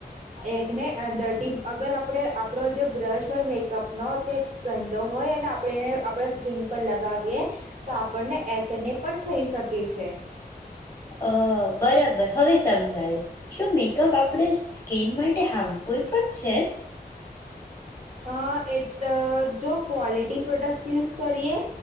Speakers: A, on the right; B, on the left.
A: એકને <unintelligible> અગર આપણે આપણો જે બ્રશ હોય <unintelligible> તે ગંધો હોય અને આપણે એને આપણા સ્કીન પર લગાવીએ. તો આપણને <unintelligible> પણ થઈ શકે છે.
B: અ બરાબર હવે સમજાયો શું મેકઅપ આપણે સ્કીિન માટે હાર્મફુલ પણ છે.
A: અ એટ જો ક્વોલિટી પ્રોડક્ટ યુઝ કરીએ